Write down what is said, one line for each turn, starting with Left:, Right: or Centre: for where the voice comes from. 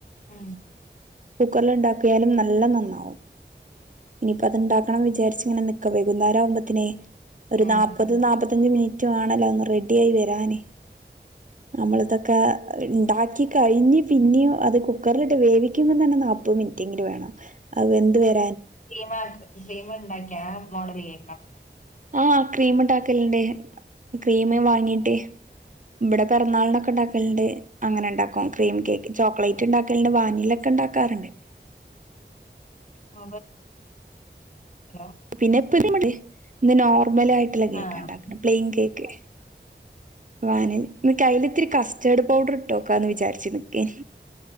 Left: ആ
Right: കുക്കറിലുണ്ടാക്കിയാലും നല്ല നന്നാവും ഇനിപ്പ അതുണ്ടാക്ക് ക്കണം വിചാരിച്ചിങ്ങനെ നിക്കവേ <unintelligible> ആവുമ്പെ ഒരു
Left: ആഹ്
Right: നാപ്പതു നാപ്പത്തഞ്ച് പത്തഞ്ച് <unintelligible> മിനിറ്റു വേണല്ലോ ഒന്ന് റെഡി ആയി വരാനേ നമ്മളിതൊക്കെ ഉണ്ടാക്കി കഴിഞ്ഞെ പിന്നെയും അത് കുക്കറിലിട്ട് വേവിക് കുമ്പം തന്നെ നാപ്പത്‌ മിനിറ്റെങ്കിലും വേണം അതു വെന്തു വരാൻ
Left: കീമ ആ കീമ ഉണ്ടാക്കിയ ആ മോഡലു കേക്കാൻ
Right: ആ ക്രീമുണ്ടാക്കലുണ്ട് ക്രീമേ വാങ്ങീട്ടേ ഇവിടെ പിറന്നാളിനൊക് ഒക്കെ ഉണ്ടാക്കലുണ്ട് അങ്ങനെണ്ടാ ക്കും ക്രീം കേക്ക് ചോക്ലേറ്റ് ഉണ്ടാക്കലുണ്ട് വാനിലൊ ക്കെ ഉണ്ടാക്കാറുണ്ട്
Left: ആ <unintelligible>
Right: പിന്നെപ്പ ഇതു നോർമൽ നോർമലായിട്ടുള്ള കേക്കാ
Left: ആഹ്
Right: ഉണ്ടാക്കുന്നെ ക്രീം കേക്ക് വാനില കൈയ്യിലിത്തിരി കസ്റ്റേർഡ് പൗഡർ ഇട്ടോക്കാന്ന് വിചാരിച്ചു നിക്കനിം